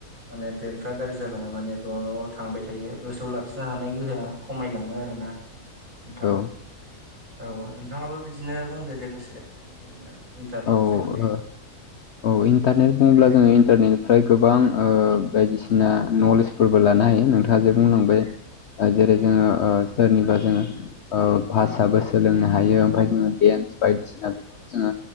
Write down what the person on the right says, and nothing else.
माने ब्रेन्डफ्रा गाज्रि जालाङो माने बेयावल' न' थांबाय थायो गोसोआव लाखिनो हानाय गोहोआ खमायलाङो आरोना नोंथां
औ नोंथाङाबो बिदिनो बुंदो दे दसे बिदिनो इन्टारनेटनि
सोमोन्दै
औ